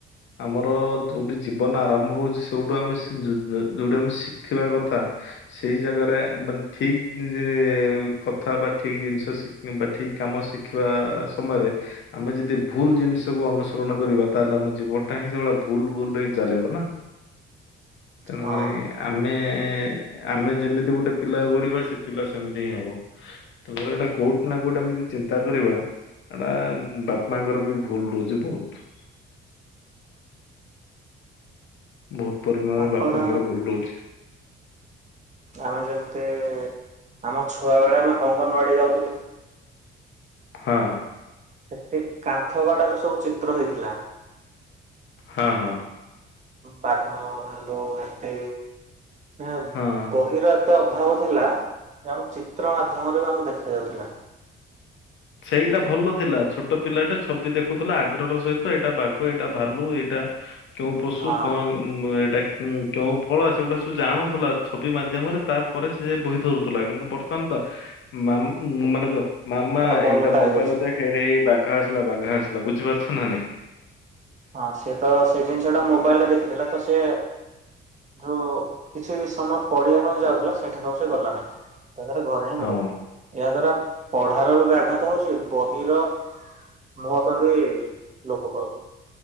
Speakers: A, on the left (about 70°); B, on the right (about 35°).
A: ଆମର ଯୋଉଠି ଜୀବନ ଆରମ୍ଭ ହଉଛି ସେଇଠୁ ଆମେ <unintelligible> ଯୋଉଠି ଆମେ ଶିଖିବା କଥା। ସେଇ ଜାଗାରେ ମାନେ ଠିକ୍ ରେ କଥା ହେବା ଠିକ୍ ଜିନିଷ ଶି ବା ଠିକ୍ କାମ ଶିଖିବା ସମୟରେ ଆମେ ଯଦି ଭୁଲ୍ ଜିନିଷକୁ ଅନୁସରଣ କରିବା ତାହେଲେ ଆମ ଜୀବନଟା ହିଁ ସେଭଳିଆ ଭୁଲ୍ ଭୁଲ୍ ରେ ହିଁ ଚାଲିବ ନା। ତେଣୁ
B: ହଁ।
A: କରି ଆମେ ଆମେ ଯେମିତି ଗୋଟେ ପିଲାକୁ ଗଢ଼ିବା ସେ ପିଲା ସେମିତି ହିଁ ହବ। ତାଙ୍କର ଏଇଟା କୋଉଠି ନା କୋଉଠି ଆମେ ଯଦି ଚିନ୍ତା କରିବା ଏଟା ବାପା ମା ଙ୍କର ବି ଭୁଲ୍ ରହୁଛି ବହୁତ୍। ବହୁତ୍ ପରିମାଣରେ
B: ପାପଡ଼
A: ବାପା ମା ଙ୍କର ଭୁଲ୍ ରହୁଛି।
B: ଆମେ ଯେମିତି ଆମ ଛୁଆ ବେଳେ ଆମେ ଅଙ୍ଗନବାଡ଼ି ଯାଉଥିଲୁ।
A: ହଁ।
B: ସେଠି କାନ୍ଥ ଵାଡରେ ସବୁ ଚିତ୍ର ହେଇଥିଲା!
A: ହଁ ହଁ!
B: ପାଘ ଭାଲୁ ହାତୀ ନା
A: ହଁ।
B: ବହିର ଏତେ ଅଭାବ ଥିଲା ଯେ ଆମ ଚିତ୍ର ମାଧ୍ୟମରେ ବି ଆମକୁ ଦେଖ ଯାଉଥିଲା!
A: ସେଇଟା ଭଲ ଥିଲା ଛୋଟ ପିଲାଟେ ଛବି ଦେଖୁଥିଲା ଆଗ୍ରହର ସହିତ ଏଇଟା ବାଘ ଏଇଟା ଭାଲୁ ଏଇଟା କେଉଁ ପଶୁ
B: ହଁ
A: କଣ ଉ ଏଇଟା କେକେଉଁ ଫଳ ସେଗୁଡ଼ା ସବୁ ଜାଣୁଥିଲା ଛବି ମାଧ୍ୟମରେ ତା ପରେ ସେ ବହି ଧରୁଥିଲା କିନ୍ତୁ ବର୍ତ୍ତମାନ ତ ମା ମାନେ କୁଅ ମାମା
B: ତାର ଓଲଟା
A: ମୋବାଇଲରେ
B: ହେଇଯାଇଛି।
A: ଦେଖେରେ ବାଘ ଆସିଲା ବାଘ ଆସିଲା ବୁଝିପାରୁଛ ନା ନାଇଁ?
B: ହଁ ସେ ତ ସେ ଜିନିଷ ଟା ମୋବାଇଲ ରେ ଦେଖିଦେଲା ତ ସେ ଯୋଉ କିଛିବି ସମୟ ପଡ଼ିବା ପାଇଁ ଯାଉଥିଲା ସେଠା କୁଆଉ ସେ ଗଲା ନାହିଁ ତାପରେ ଘରେ ହିଁ
A: ହଁ
B: ରହିଗଲା! ଏହା ଦ୍ଵାରା ପଢାର ବି ବ୍ୟାଘାତ ହଉଛି ବହି ର ମହତ୍ଵ ବି ଲୋପ ପାଉଛି!